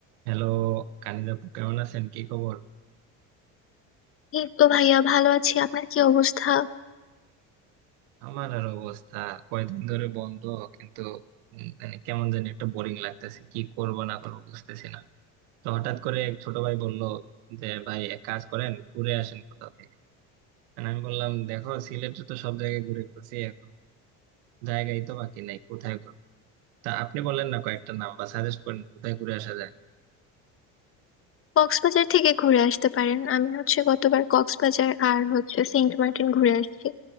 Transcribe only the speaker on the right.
Hello Kaniz আপু কেমন আছেন কি খবর
আমার আর অবস্থা কয়দিন ধরে বন্ধ কিন্তু উম, মানে কেমন জানি একটা বোরিং লাগতেছে কি করব না করবো বুঝতেছি না তো হঠাৎ করে এক ছোট ভাই বলল যে ভাই এক কাজ করেন ঘুরে আসেন কোথাও থেকে মানে আমি বললাম দেখো সিলেটে তো সব জায়গায় ঘুরে ঘুরছি এখন জায়গাই তো বাকি নাই কোথায় ঘুরবো তা আপনি বলেন না কয়েকটা নাম বা সাজেস্ট করেন কোথায় ঘুরে আসা যায়